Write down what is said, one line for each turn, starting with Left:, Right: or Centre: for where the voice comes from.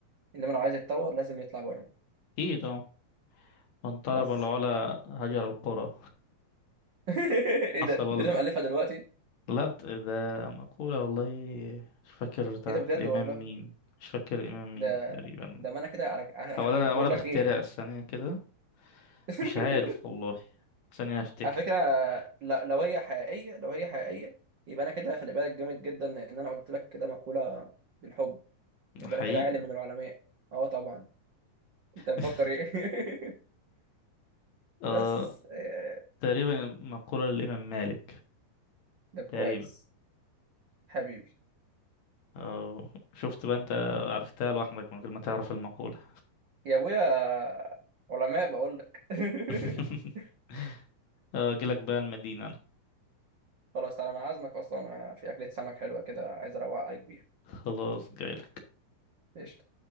Right: انما لو عايز يتطور لازم يطلع بره
Left: أكيد اه من طلب
Right: بس
Left: العلا هجر القرى
Right: <laughs> ايه
Left: <laughs>
Right: ده
Left: حصل
Right: انت لازم الفها دلوقتي
Left: لا ت- ده مقولة والله مش فاكر بتاعت
Right: ايه ده بجد
Left: الإمام
Right: والله
Left: مين مش فاكر الإمام
Right: ده
Left: مين تقريبا
Right: ده ما انا كده على ه-
Left: أو أنا
Right: ه- بقول
Left: أو أنا بخترع
Right: لك ايه
Left: ثانية كده
Right: <laughs>
Left: مش عارف والله ثانية أفتكر
Right: على فكرة ل- لو هي حقيقية لو هي حقيقية يبقى أنا كده خلي بالك جامد جدا لأن أنا قلت لك كده مقولة بالحب يبقى
Left: حقيقي
Right: أنا كده عالم من العلماء أه طبعا أنت مفكر
Left: <laughs>
Right: إيه <laughs>
Left: آه
Right: بس آه،
Left: تقريبا مقولة للإمام مالك
Right: ده
Left: تقريبا
Right: كويس حبيبي
Left: آه شفت بقى أنت عرفتها لوحدك من غير ما تعرف المقولة
Right: يا أبويا علماء بقول لك <laughs>
Left: <laughs> آه، أجيلك بقى المدينة أنا
Right: خلاص تعالى أنا عازمك أصلا في أكلة سمك حلوة كده عايز أروق عليك بيها
Left: خلاص جايلك
Right: قشطة